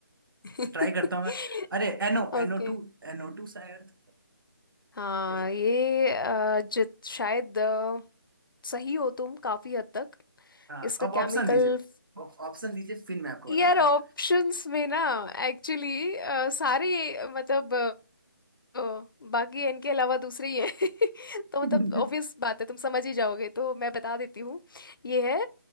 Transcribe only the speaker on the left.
<laughs>
ओके
हाँ
ये आ, जित शायद आ, सही हो तुम काफी हद तक
इसका
केमिकल
यार ऑप्शंस
में ना एक्चुअली सारे मतलब ओ, बाकी इनके अलावा दूसरे ही हैं
<laughs> तो मतलब ऑब्वियस बात है तुम समझ ही जाओगे तो मैं बता देती हूँ ये है